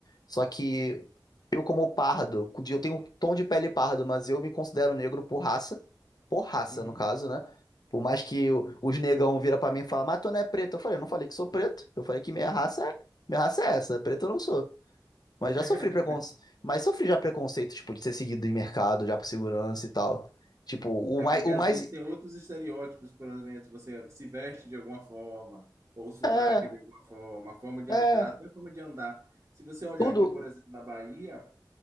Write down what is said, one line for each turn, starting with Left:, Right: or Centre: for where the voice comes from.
Left: Só que eu como pardo, eu tenho um tom de pele pardo, mas eu me considero negro por raça porraça,
Right: Uhum.
Left: no caso, né? Por mais que o- os negão vira pra mim e fala, mas tu não é preto. Eu falei, eu não falei que sou preto. Eu falei que minha raça é, minha raça é essa, preto eu não sou.
Right: <laughs>
Left: Mas já sofri preconceito. Mas sofri já preconceito, tipo, de ser seguido em mercado, já por segurança e tal. Tipo, o
Right: É
Left: mais,
Right: porque
Left: o
Right: às
Left: mais.
Right: vezes tem outros estereótipos, por exemplo, você se veste de alguma forma, ou o sotaque
Left: É,
Right: de alguma forma, a forma de
Left: é.
Right: andar, até a forma de andar. Se você olhar
Left: Tudo.
Right: aqui, por exemplo, na Bahia,